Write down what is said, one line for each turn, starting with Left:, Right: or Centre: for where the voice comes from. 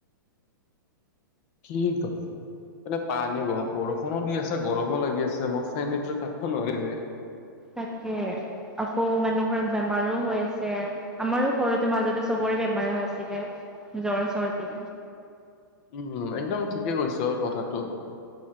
Left: কি ক? মানে পানী গ বৰষুণো দি আছে গৰমো লাগি আছে মই ফেন নিদিলে থাকিব নোৱাৰি ৰে।
Centre: তাকে আকৌ মানুহৰ বেমাৰো হৈ আছে। আমাৰো ঘৰতে মাজতে চবৰে বেমাৰ হৈ আছিলে জ্বৰ, চৰ্দি।
Left: উম, একদম ঠিকে কৈছ কথাটো।